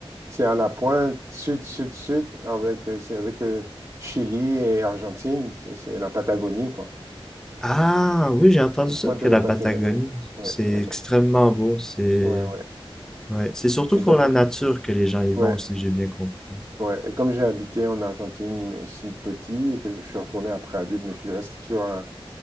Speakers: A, on the right; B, in the centre.
A: c'est à la pointe sud, sud, sud, avec, euh, c'est avec euh, Chili et Argentine. C'est c'est la Patagonie, quoi.
B: Ah oui, j'ai entendu
A: La
B: ça
A: pointe
B: que
A: de
B: la
A: la Patagonie.
B: Patagonie,
A: Ouais,
B: c'est
A: ouais,
B: extrêmement
A: ouais.
B: beau, c'est...
A: Ouais, ouais.
B: Ouais. C'est surtout
A: Et
B: pour
A: donc,
B: la nature que les gens y
A: ouais.
B: vont, si j'ai bien compris.
A: Ouais, et comme j'ai habité en Argentine aussi petit et que je suis retourné après adulte, mais je suis resté sur euh,